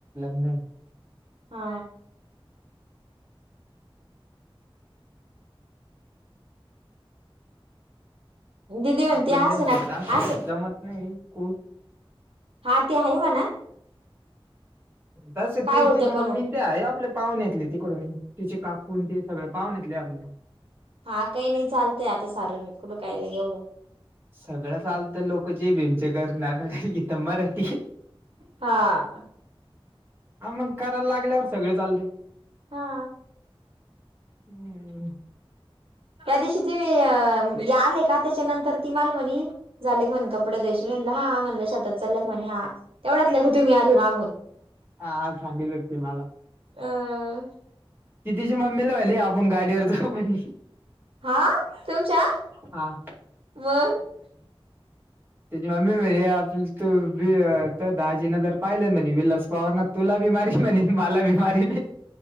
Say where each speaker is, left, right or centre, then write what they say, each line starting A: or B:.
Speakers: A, on the right; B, on the right.
A: लग्न.
B: हा. दिदी म्हणते
A: आपल्या
B: असं ना
A: तेच <unintelligible>
B: असं
A: जमत नाही कु
B: हा ते आहे म्हणा
A: तस
B: काय
A: ते
B: होतं
A: तिची
B: कणू
A: मम्मी ते आहे आपल्या पाहून येतली तिकडून तिचे काकून ते सगळ पाहून येतले आपल्या
B: हा काही नाही चालतय आता सारकडं कायला एवढं
A: सगळं चालत लोक जे भिमचे घरन आलो इथे मराठी हाय
B: हा.
A: हा मग करायला लागल्यावर सगळ चालत
B: हा.
A: हम्म.
B: त्या दिवशी ते आले का त्याच्यानंतर ती मालमनी झाली का म्हण कपड <unintelligible> म्हणला हा म्हणलं शतात चालला म्हणे हा तेवढाच ल ग तुम्ही आले मागून
A: हा <unintelligible> भेटतोय मला
B: अह
A: कितीची <unintelligible> म्हणाली आपण गाडीवर जाऊ म्हणाली
B: हा तुमच्या
A: हा
B: म <inaudible>
A: त्यांची मम्मी म्ह आप तू दहाजी ना जर पाहिलं विलास पवार न तुला बी मा रील म्हणे मला बी मारील